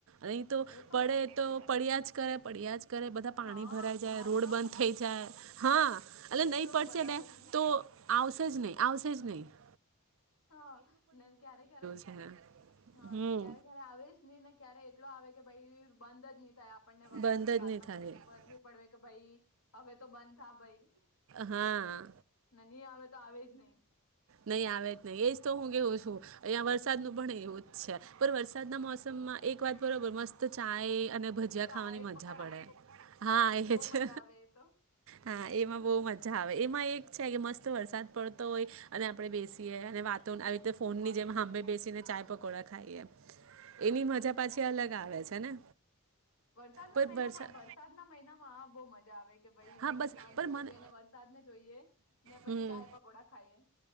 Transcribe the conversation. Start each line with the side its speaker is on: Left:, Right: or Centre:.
Right: નહી તો
Left: એ
Right: પડે
Left: બરાબર
Right: તો
Left: કીધું તમે
Right: પડ્યા જ કરે પડ્યા જ કરે બધા પાણી
Left: હા
Right: ભરાઈ જાય
Left: નોન
Right: રોડ
Left: સ્ટોપ
Right: બંધ થઈ જાય હા એટલે
Left: એ
Right: નહી
Left: તો બરાબર
Right: છે ને
Left: કીધું
Right: તો આવશે જ નહી આવશે જ નહી. <inaudible>
Left: હા ને ક્યારે-ક્યારે
Right: છે હમ
Left: હા ને ક્યારે ક્યારે આવેજ નહી ને ક્યારે એટલો આવે કે ભાઈ બંધ જ ની થાય આપણને ભગવાનને
Right: બંધ
Left: પ્રાર્થના
Right: જ નહીં થાય
Left: કરની પર કરવી પડે. કે ભઈ હવે તો બંધ થા ભઈ.
Right: હા.
Left: અમે ની આવે તો આવે જ નહી.
Right: નહી આવે જ નહી એજ તો હું કેવું છું અહંયા વરસાદ નું પણ એવું જ છે. પર વરસાદના
Left: હા
Right: મોસમમાં એક વાત બરોબર મસ્ત ચાય અને ભજીયા
Left: ચાય
Right: ખાવાની મજા
Left: પકોડા
Right: પડે હા એ
Left: બહુ
Right: છે
Left: મજા આવે એ તો
Right: હા એમાં બહું મજા આવે. એમાં એક છે કે મસ્ત વરસાદ પડ તો ઇ અને આપડે બેસીએ અને વાત તો આવી રીતે ફોનની
Left: વાતો
Right: જેમ હાભે બેસીને ચાય પકોડા ખાઈએ
Left: હા
Right: એની
Left: બોહ મજા
Right: પાછી
Left: આવે
Right: અલગ છે ને
Left: વરસાદના
Right: પણ
Left: મહિનામાં
Right: વરસાદ
Left: વરસાદના મહિનામાં આ બોહ મજા આવે કે ભાઈ
Right: હા
Left: મસ્ત
Right: બસ
Left: શાંતિથી
Right: પણ મને
Left: બેસી ને વરસાદ ને જોઈએ ને પછી
Right: હમ
Left: ચાય પકોડા ખાઈએ